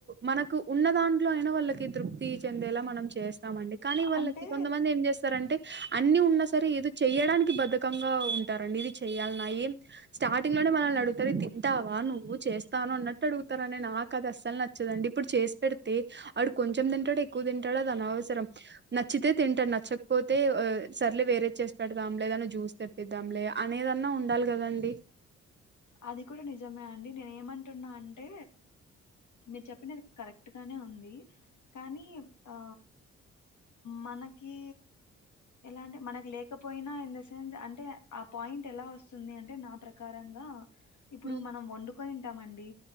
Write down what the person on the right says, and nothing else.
మనకు ఉన్న దాంట్లో అయినా వాళ్ళకి తృప్తి చెందేలా మనం చేస్తం ఇస్తామండి కానీ వాళ్ళకి
కొంతమంది ఏం చేస్తారంటే అన్ని ఉన్నా సరే ఏదో చెయడానికి బధకంగా ఉంటారండి ఇది చెయాలన్నాయి స్టార్టింగ్ లోనే మనల్ని అడుగుతారు తింటావా నువ్వు చేస్తాను అన్నట్టు అడుగుతారుని నాకు అది అస్సలు నచ్చదండి ఇప్పుడు చేసి పెడితే వాడు కొంచెం తింటాడు ఎక్కువ తింటాడు అది అనవసరం నచ్చితే తింటాడు నచ్చకపోతే సర్లే వేరే చేసి పెడదాం లేదాని జ్యూస్ తెప్పిద్దాం లే అనేదన్నా ఉండాలి కదండి
ఉమ్